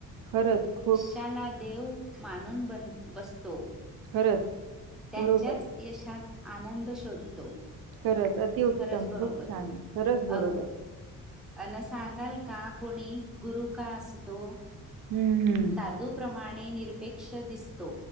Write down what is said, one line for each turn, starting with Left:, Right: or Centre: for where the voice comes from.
Right: खरंच खू
Centre: त्याला देव मानून बन बसतो
Right: खरंच,
Centre: त्यांच्याच
Right: बरोबर.
Centre: यशात आनंद शोधतो.
Right: खरंच अति उत्तम
Centre: खरंच बरोबर
Right: खूप छान खरंच बरोबर.
Centre: अग अन सांगाल का कोणी गुरु का असतो
Right: हं, हं.
Centre: साधू प्रमाणे निरपेक्ष दिसतो.